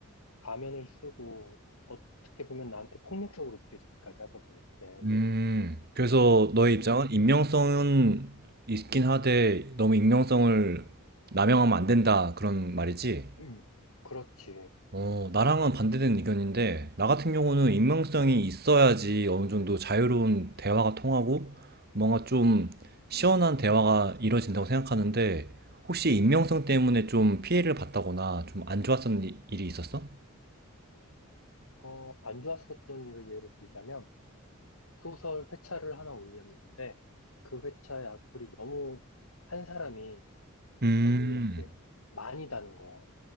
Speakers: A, on the left; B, on the right.
A: 가면을 쓰고 어떻게 보면 나한테 폭력적으로 느껴지기까지 하거든, 그땐.
B: 음, 그래서 너의
A: 어,
B: 입장은 익명성은 있긴 하되 너무 익명성을 남용하면 안 된다 그런 말이지?
A: 음, 그렇지.
B: 어, 나랑은 반대되는 의견인데 나 같은 경우는 익명성이 있어야지 어느 정도 자유로운 대화가 통하고 뭔가 좀 시원한 대화가 이루어진다고 생각하는데 혹시 익명성 때문에 좀 피해를 봤다거나 좀 안 좋았던 일이 있었어?
A: 어, 안 좋았었던 일을 예로 들자면, 소설 회차를 하나 올렸는데 그 회차의 악플이 너무 한 사람이
B: 음,
A: 너무 이렇게 많이 다는 거야.